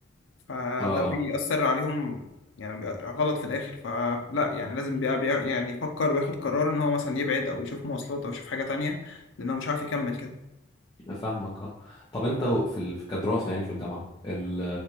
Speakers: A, on the left; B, on the left.
A: فده
B: اه
A: بيأثر
B: اه
A: عليهم يعني بيبقى غلط في الاخر فلا يعني لازم بيبقى بيبقى- يعني يفكر وياخد قرار ان هو مثلا يبعد او يشوف مواصلات او يشوف حاجة تانية لانه مش عارف يكمل كده
B: فاهمك اه طب انت في ال... في- كدراسه يعني في الجامعه ال...